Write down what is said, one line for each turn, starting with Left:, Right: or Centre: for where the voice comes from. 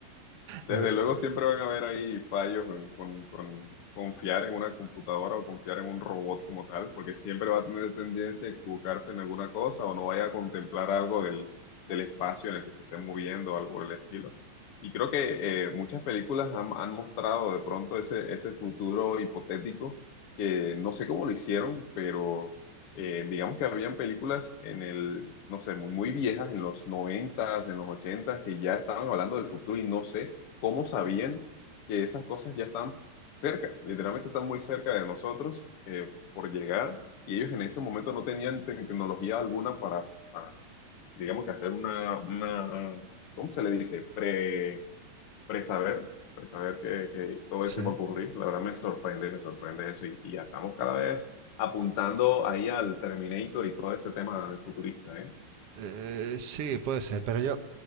Left: Desde
Right: eh,
Left: luego siempre van a haber ahí fallos en- con, con confiar en una computadora o confiar en un robot como tal, porque siempre va a tener tendencia a equivocarse en alguna cosa o no vaya a contemplar algo del, del espacio en el que se esté moviendo o algo por el estilo. Y creo que eh, muchas películas han, han mostrado de pronto ese, ese futuro hipotético que no sé cómo lo hicieron, pero eh, digamos que habían películas en el, no sé, muy, muy viejas, en los noventas, en los ochentas que ya estaban hablando del futuro y no sé cómo sabían que esas cosas ya están cerca, literalmente están muy cerca de nosotros eh, por llegar y ellos en ese momento no tenían tecnología alguna para, para, digamos que hacer una, una, ¿cómo se le dice? Pre, presaber, presaber que, que todo
Right: sí.
Left: eso iba a ocurrir. La verdad me sorprende, me sorprende eso y, y ya estamos cada vez apuntando ahí al Terminator y todo ese tema de futurista, ¿eh?
Right: Eh, sí, puede ser, pero yo,